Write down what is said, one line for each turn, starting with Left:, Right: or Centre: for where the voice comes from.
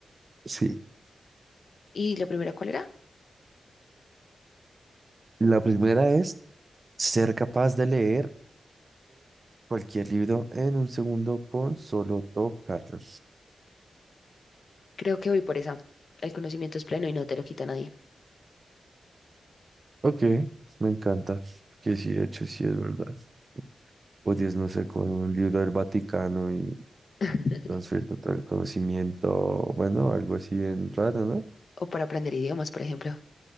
Right: Sí,
Left: ¿Y la primera cuál era?
Right: la primera es ser capaz de leerte cualquier libro en un segundo con solo tocarlo.
Left: Creo que voy por esa. El conocimiento es pleno y no te lo quita nadie.
Right: Ok, me encanta. Que sí, de hecho, sí es verdad. Podías, no sé, con un libro del Vaticano y
Left: <laughs>
Right: transferir todo el conocimiento, bueno, algo así bien raro, ¿no?
Left: O para aprender idiomas, por ejemplo.